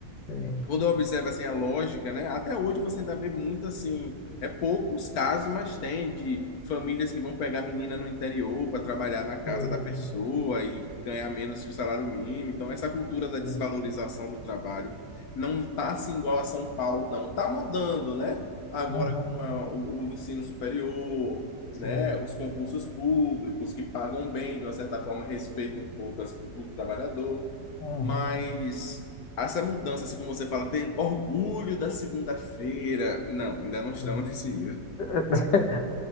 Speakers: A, on the left (about 85°); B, on the left (about 60°).
A: Sim,
B: quando observa assim a lógica, né? Até hoje você ainda vê muito assim, é poucos casos, mas tem de famílias que vão pegar menina no interior para trabalhar na casa
A: sim,
B: da pessoa e ganhar menos que o salário mínimo. Então essa cultura da desvalorização
A: sim.
B: do trabalho não tá assim igual a São Paulo, não. Tá mudando, né? Agora
A: Uhum,
B: com a- o, o ensino superior,
A: sim,
B: né? Os concursos públicos que pagam bem, de uma certa forma respeitam um pouco as- o trabalhador,
A: uhum,
B: mas essa mudança, assim como você fala, ter orgulho da segunda-feira. Não, ainda não estamos
A: sim.
B: nesse nível.
A: <laughs>